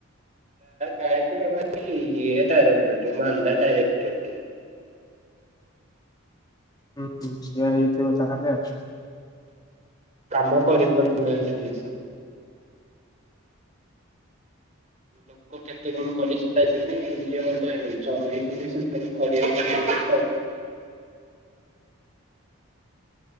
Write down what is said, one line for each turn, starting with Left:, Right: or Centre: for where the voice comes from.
Right: ଡାଇକ୍ଟର ଇ <unintelligible> ଡାଇରେକ୍ଟର ମାଲନ୍ଦାର ଡାଇରେକ୍ଟର ଟିଏ।
Left: ହୁଁ ସେଇଆ ହେଇଥବ ତା ହେଲେ। <unintelligible>
Right: କାମ କରିପାରୁନାହାନ୍ତି ଠିକ ସେ। ଲୋକ କେତେ କଣ କରିସାରିବ <unintelligible> ଚଲେଇଛନ୍ତି ସେ କରିବାକୁ